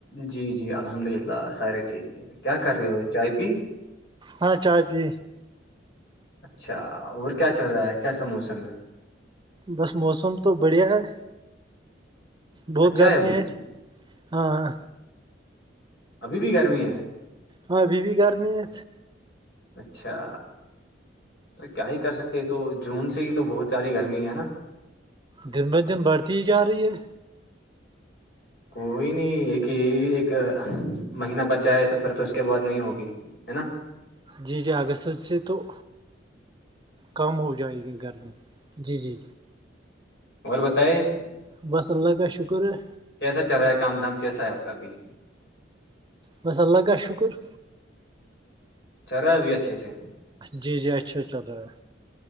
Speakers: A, on the left; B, on the right.
A: جی جی الحمد للہ سارے ٹھیک ہے کیا کر رہے ہو چائے پی
B: ہاں چائے پی
A: اچھا اور کیا چل رہا ہے کیسا موسم ہے
B: بس موسم تو بڑھیا ہے بہت
A: اچھا
B: گرمی
A: ابھی
B: ہے ہاں
A: ابھی بھی گرمی ہے
B: ہاں بی بھیی گھرمی ہے
A: اچھا کیا ہی کر سکتے تو جون سے ہی تو بہت ساری گرمی ہے نا
B: دن ب دن بڑھتی ہی جا رہی ہے
A: کوئی نہیں ایک یہ ایک مہینہ بچا ہے تو پھر تو اس کے بعد نہیں ہوگی ہے نا
B: جی جی اگست سے تو کم ہو جائے گی گرمی جی جی
A: اور بتائے
B: بس اللہ کا شکر ہے
A: کیسا چل رہا ہے کام دھام کیسا ہے آپ کا ابھی
B: بس اللہ کا کا شکر
A: چرا ابھی اچھے سے
B: جی جی اچھا چل رہتا ہے